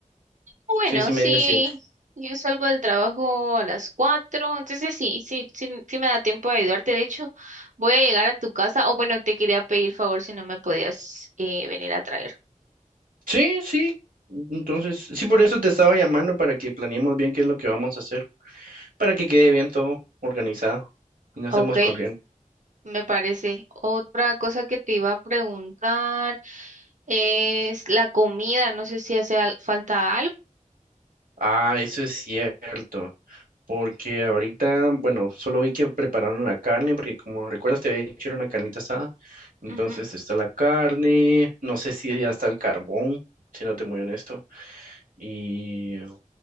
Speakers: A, on the right; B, on the right.
A: Ah, Bueno,
B: seis y media,
A: sí,
B: siete.
A: yo salgo del trabajo a las cuatro, entonces sí, sí, sí, sí me da tiempo de ayudarte. De hecho, voy a llegar a tu casa, o bueno, te quería pedir favor si no me podías eh, venir a traer.
B: Sí, sí. Entonces, sí, por eso te estaba llamando para que planeemos bien qué es lo que vamos a hacer. para que quede bien todo organizado y no estemos
A: Ok.
B: corriendo.
A: Me parece. Otra cosa que te iba a preguntar es la comida. No sé si hace al- falta algo.
B: Ah, eso es cierto, porque ahorita, bueno, solo vi que prepararon la carne, porque como recuerdas te había hecho una carnita asada, entonces
A: Ujú.
B: está la carne, no sé si ya está el carbón, si no te muy honesto, y